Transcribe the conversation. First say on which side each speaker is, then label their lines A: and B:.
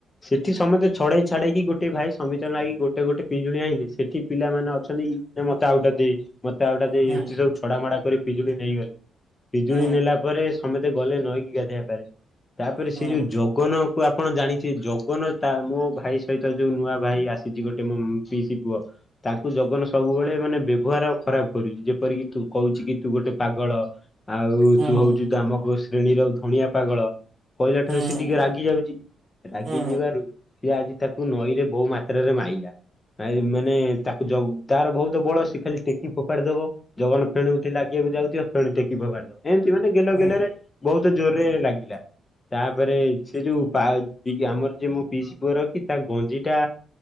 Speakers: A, on the left (about 20°); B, on the right (about 40°).
A: ସେଠି ସମେତେ ଛଡେଇ ଛାଡେଇକି ଗୋ ଏ ଭାଇ ସମିତନାଗି ଗୋଟେ ଗୋଟେ ପିଜୁଳି ଆଇଁଲି। ସେଠି ପିଲାମାନେ ଅଛନ୍ତି, ମତେ ଆଉଟେ ଦେ। ମତେ ଆଉଟା ଦେ
B: ହୁଁ
A: ଏମିତି ସବୁ ଛଡାମଡା କରି ପିଜୁଳି ନେଇଗଲେ। ପିଜୁଳି
B: ହୁଁ
A: ନେଲା ପରେ ସମେତେ ଗଲେ ନଈକି ଗାଧେଇବା ପାଇଁ। ତାପରେ
B: ହୁଁ
A: ସେ ଯୋଉ ଜଗନ ଆପଣ ଜାଣିଥିବେ, ଜଗନ ତା ମୋ ଭାଇ ସହିତ ଯୋଉ ନୂଆ ଭାଇ ଆସିଛି, ଗୋଟେ ମୋ ପିଇସି ପୁଅ ତାଙ୍କୁ ଜଗନ ସବୁବେଳେ ମାନେ ବ୍ୟବହାର ଖରାପ କରୁଛି। ଯେପରିକି ତୁ କହୁଛି କି ତୁ ଗୋଟେ ପାଗଳ। ଆଉ
B: ହୁଁ
A: ତୁ
B: ହୁଁ
A: ହଉଛୁୁ ଦାମକ ଶ୍ରେଣୀର ଧଣିଆ ପାଗଳ। କହିଲା
B: ହୁଁ
A: ଠାରୁ ସେ ଟିକେ ରାଗି ଯାଉଛି। ରାଗି
B: ହୁଁ
A: ଯିବାରୁ ସିଏ ଆଜି ତାକୁ ନଈରେ ବହୁ ମାତ୍ରାରେ ମାଇଲା। ଆ ମାନେ ତାକୁ ଯୋଉ ତାର ଭଉତ ବଳ ସେ ଖାଲି ଟେକି ଫୋପାଡି ଦବ। ଜଗନ ଫେଣୁ ଉଠି ଲାଗିବାକୁ ଯାଉଥିବ ଫେଣୁ ଟେକି ଫୋପାଡି ଦବ। ଏମତି ମାନେ ଗେଲ
B: ହୁଁ
A: ଗେଲ
B: ହୁଁ
A: ରେ ବହୁତ ଜୋରରେ ଲାଗିଲା। ତାପରେ ସେ ଯୋଉ ପାଏଲ ପିଇକି ଆମର ଯେ ମୋ ପିଇସି ପୁଅର କି, ତା ଗଞ୍ଜି ଟା